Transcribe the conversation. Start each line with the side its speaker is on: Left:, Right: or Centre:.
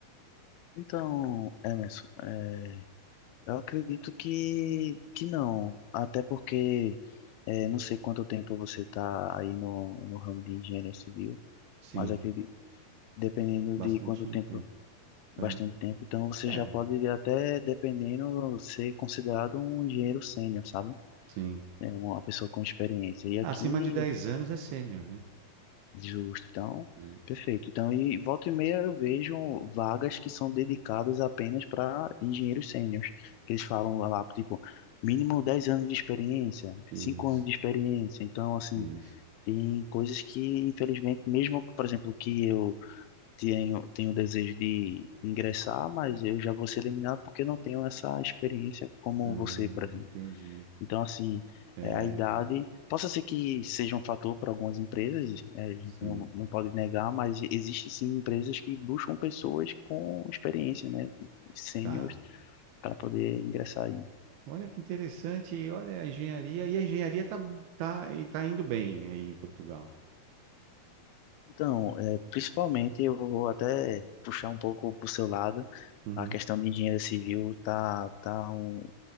Left: Então, Emerson, é, eu acredito que, que não, até porque é, não sei quanto tempo você está aí no, no ramo de engenharia civil.
Right: Sim,
Left: Mas acredito, dependendo
Right: bastante
Left: de quanto tempo,
Right: um tempo.
Left: bastante
Right: Aham.
Left: tempo. Então você
Right: É,
Left: já pode até, dependendo, ser considerado um engenheiro sênior, sabe?
Right: sim.
Left: É uma pessoa com experiência. E aqui,
Right: Ah, Acima de 10 anos é sênior, né?
Left: justo, então,
Right: É,
Left: perfeito. Então, e volta e meia eu vejo vagas que são dedicadas apenas para engenheiros sêniors, que eles falam lá, tipo, mínimo 10 anos de experiência,
Right: Isso,
Left: 5 anos de experiência. Então, assim,
Right: isso.
Left: tem coisas que, infelizmente, mesmo, por exemplo, que eu tenho, tenho o desejo de ingressar, mas eu já vou ser eliminado porque eu não tenho essa experiência como
Right: Hum,
Left: você, por exemplo.
Right: entendi.
Left: Então, assim,
Right: É,
Left: é, a idade, possa ser que seja um fator para algumas empresas, é, a gente
Right: sim.
Left: não, não pode negar, mas existe sim empresas que buscam pessoas com experiência, né, de- de sêniores,
Right: Tá.
Left: para poder ingressar aí.
Right: Olha que interessante. Olha a engenharia. E a engenharia tá, tá, e tá indo bem aí em Portugal.
Left: Então, é, principalmente eu vou até puxar um pouco para o seu lado,
Right: Uhum.
Left: a questão de engenharia civil tá, tá um,